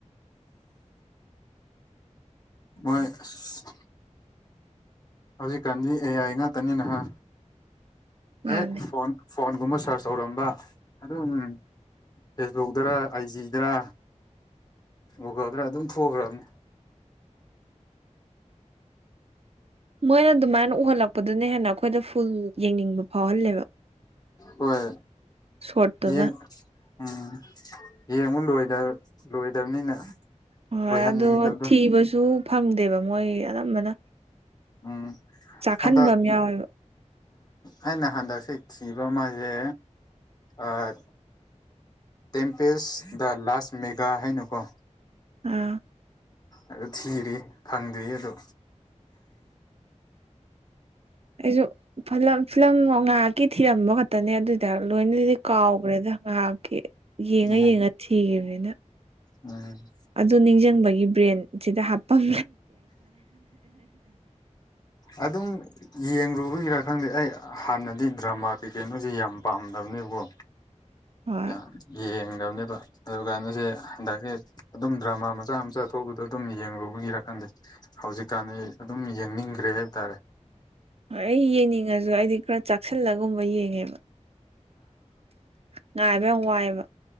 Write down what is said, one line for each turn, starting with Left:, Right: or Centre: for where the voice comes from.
Left: ꯃꯣꯏ ꯑꯁ ꯍꯧꯖꯤꯛꯀꯥꯟꯗꯤ ꯑꯦꯑꯥꯏ ꯉꯥꯛꯇꯅꯤ ꯅꯍ
Right: ꯃꯥꯅꯦ
Left: ꯍꯦꯛ ꯐꯣꯟ ꯐꯣꯟꯒꯨꯝꯕ ꯁꯔꯁ ꯇꯧꯔꯝꯕ ꯑꯗꯨꯝ ꯐꯦꯁꯕꯨꯛꯇꯔ ꯑꯥꯏꯖꯤꯗꯔ ꯒꯨꯒꯜꯗ ꯑꯗꯨꯝ ꯊꯣꯛꯈ꯭ꯔꯕꯅꯤ
Right: ꯃꯣꯏꯅ ꯑꯗꯨꯃꯥꯏꯅ ꯎꯍꯜꯂꯛꯄꯗꯨꯅ ꯍꯦꯟꯅ ꯑꯩꯈꯣꯏꯗ ꯐꯨꯜ ꯌꯦꯡꯅꯤꯡꯕ ꯐꯥꯎꯍꯜꯂꯦꯕ
Left: ꯍꯣꯏ
Right: ꯁꯣꯔꯠꯇꯨꯅ
Left: ꯌꯦꯡ ꯎꯝ ꯌꯦꯡꯕ ꯂꫭꯏ ꯂꯣꯏꯗꯕꯅꯤꯅ
Right: ꯍꯣꯏ
Left: ꯂꯣꯏꯍꯟꯅꯤꯡꯗꯕꯗꯣ
Right: ꯑꯗꯣ ꯊꯤꯕꯁꯨ ꯐꯪꯗꯦꯕ ꯃꯣꯏ ꯑꯅꯝꯕꯅ
Left: ꯎꯝ
Right: ꯆꯥꯛꯍꯟꯕ
Left: ꯍꯟꯗꯛ
Right: ꯑꯃ ꯌꯥꯎꯋꯦꯕ
Left: ꯑꯩꯅ ꯍꯟꯗꯛꯁꯦ ꯊꯤꯕ ꯃꯥꯖꯦ ꯑꯥ ꯇꯦꯝꯄꯦꯁ ꯗ ꯂꯥꯁ ꯃꯦꯒꯥ ꯍꯥꯏꯅꯀꯣ
Right: ꯑꯥ
Left: ꯑꯗꯨ ꯊꯤꯔꯤ ꯐꯪꯗꯔꯤꯌꯦ ꯑꯗꯨ
Right: ꯑꯩꯁꯨ ꯐꯂꯝ ꯐꯤꯂꯝ ꯉꯥꯏꯍꯥꯛꯀꯤ ꯊꯤꯔꯝꯕ ꯈꯛꯇꯅꯦ ꯑꯗꯨꯏꯇꯥꯔ ꯂꯣꯏꯅꯗꯤ ꯀꯥꯎꯈ꯭ꯔꯦꯗ ꯉꯥꯏꯍꯥꯛꯀꯤ ꯌꯦꯡꯉ
Left: ꯎꯝ
Right: ꯌꯦꯡꯉ ꯊꯤꯈꯤꯕꯅꯤꯅ
Left: ꯎꯝ
Right: ꯑꯗꯨ ꯅꯤꯡꯁꯤꯡꯕꯒꯤ ꯕ꯭ꯔꯦꯟꯁꯤꯗ ꯍꯥꯞꯄꯝ
Left: ꯑꯗꯨꯝ ꯌꯦꯡꯨꯕꯒꯤꯔꯥ ꯈꯪꯗꯦ ꯑꯩ ꯍꯥꯟꯅꯗꯤ ꯗ꯭ꯔꯃꯥ ꯀꯩ ꯀꯩꯅꯣꯁꯤ ꯌꯥꯝ ꯄꯥꯝꯗꯕꯅꯦꯕꯀꯣ
Right: ꯍꯣꯏ
Left: ꯌꯥꯝ ꯌꯦꯡꯗꯕꯅꯦꯕ ꯑꯗꯨꯒ ꯀꯩꯅꯣꯁꯦ ꯍꯟꯗꯛꯁꯦ ꯑꯗꯨꯝ ꯗ꯭ꯔꯃꯥ ꯃꯆꯥ ꯃꯆꯥ ꯊꯣꯛꯄꯗꯣ ꯑꯗꯨꯝ ꯌꯦꯡꯂꯨꯕꯒꯤꯔ ꯈꯪꯗꯦ ꯍꯧꯖꯤꯛꯀꯥꯟꯗꯤ ꯑꯗꯨꯝ ꯌꯦꯡꯅꯤꯡꯒ꯭ꯔꯦ ꯍꯥꯏꯕꯇꯥꯔꯦ
Right: ꯍꯣꯏ ꯑꯩ ꯌꯦꯡꯅꯤꯡꯉꯁꯨ ꯑꯩꯗꯤ ꯈꯔ ꯆꯥꯛꯁꯤꯜꯂꯒꯨꯝꯕ ꯌꯦꯡꯉꯦꯕ ꯉꯥꯏꯕ ꯌꯥꯝ ꯋꯥꯏꯑꯦꯕ